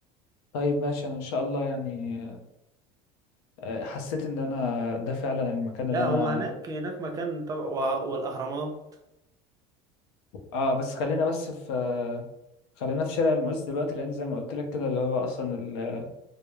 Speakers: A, on the left; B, on the right.
A: طيب ماشي انا ان شاء الله يعني آه، حسيت ان انا ده فعلا المكان
B: لا
A: اللي
B: هو
A: انا
B: هناك هناك مكان طبعا وه- والاهرامات
A: اه بس خلينا بس في خلينا في شارع المعز دلوقتي لان زي ما قلت لك كده اللي هو اصلا ال-